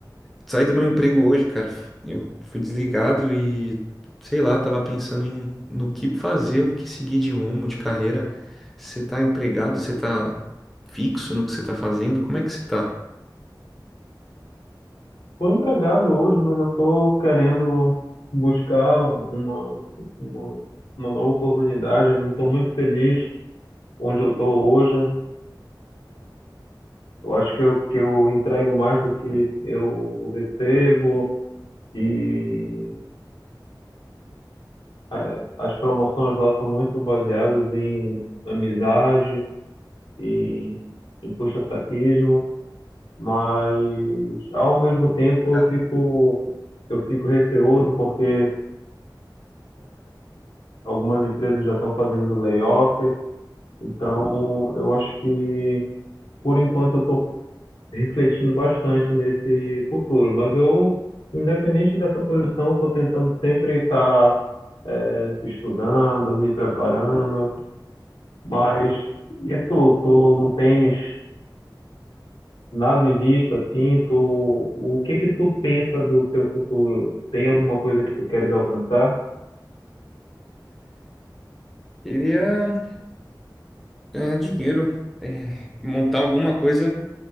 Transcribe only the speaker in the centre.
saí do meu emprego hoje, cara. Eu fui desligado e, sei lá, tava pensando em no que fazer, o que seguir de rumo, de carreira. Você tá empregado, você tá fixo no que você tá fazendo? Como é que você tá?
Cara,
Queria ganhar dinheiro, é, montar alguma coisa